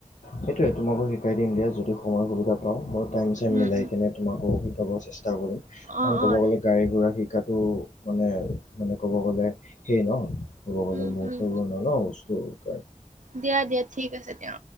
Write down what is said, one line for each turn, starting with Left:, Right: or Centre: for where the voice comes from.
Left: সেইটোৱে তোমাকো শিকাই দিম দিয়া যদি সময়ৰ সুবিধা পাওঁ, মই টাইম চাইম
Right: উম
Left: মিলাই
Right: উম
Left: কেনে। তোমাকো শিকাব চেষ্টা কৰিম।
Right: অ
Left: কাৰণ ক'ব
Right: অ
Left: গ'লে- গাড়ী ঘোঁৰা শিকাটো মানে মানে ক'ব গ'লে সেই ন। ৰদ
Right: উম
Left: মূৰ্ত
Right: উম
Left: ন ন উ্ত <unintelligible>
Right: দিয়া দিয়া ঠিক আছে দিয়া।